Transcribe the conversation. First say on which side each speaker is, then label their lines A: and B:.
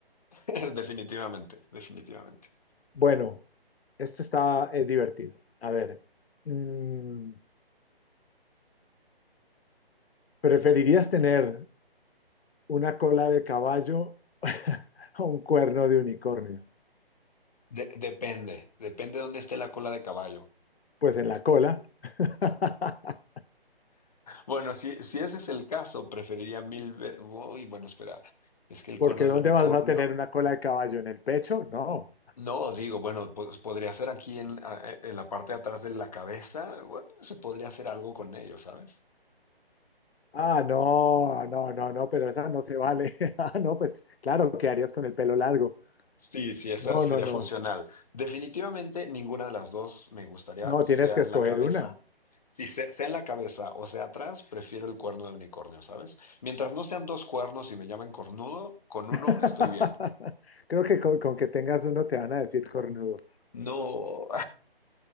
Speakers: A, on the left; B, on the left.
A: <laughs> Definitivamente, definitivamente.
B: Bueno. Esto está eh, divertido. A ver, mm, ¿preferirías tener una cola de caballo <laughs> o un cuerno de unicornio?
A: De- depende, depende de dónde esté la cola de caballo.
B: Pues en la cola, <laughs>
A: Bueno, si, si ese es el caso, preferiría mil veces. Uy, bueno, espera. Es que el
B: porque
A: cuerno
B: ¿dónde
A: de unicornio.
B: vas a tener una cola de caballo? ¿En el pecho? No.
A: No, digo, bueno, pues podría ser aquí en, a- e- en la parte de atrás de la cabeza. Bueno, se podría hacer algo con ello, ¿sabes?
B: Ah, no, no, no, no, pero esa no se vale. <laughs> Ah, no, pues claro, ¿qué harías con el pelo largo?
A: Sí, sí, esa
B: No,
A: sería
B: no, no.
A: funcional. Definitivamente ninguna de las dos me gustaría,
B: No,
A: sea
B: tienes que escoger
A: en la cabeza.
B: una.
A: Si se- sea en la cabeza o sea atrás, prefiero el cuerno de unicornio, ¿sabes? Mientras no sean dos cuernos y me llamen cornudo, con uno
B: <laughs>
A: estoy bien.
B: Creo que con, con que tengas uno te van a decir cornudo,
A: No.